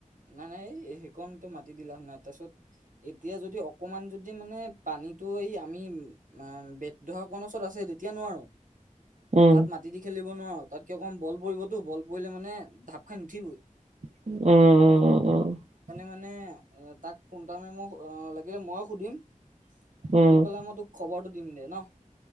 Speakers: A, on the right (about 80°); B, on the right (about 55°).
A: নাই নাই এই সেইকণটো মাতি দিলা হয় নাই তাৰ পিছত এতিয়া যদি অকমান যদি মানে পানী কিন্তু এই আমি বেদাক ওচৰত আছে তেতিয়া নোৱাৰো।
B: উম
A: তাত মাটি দি খেলিব নোৱাৰো তাত কিয় কম বল পৰিবতো বল বইলে মানে ঢাপ খাই উঠিবই।
B: উম, উম, উম, উম,
A: মানে তাক ফোন তাক মাৰি লাগিলে মইয়ে সুধিম।
B: উম
A: সুধি পেলাই মই তোক খবৰটো দিম দেহ ন।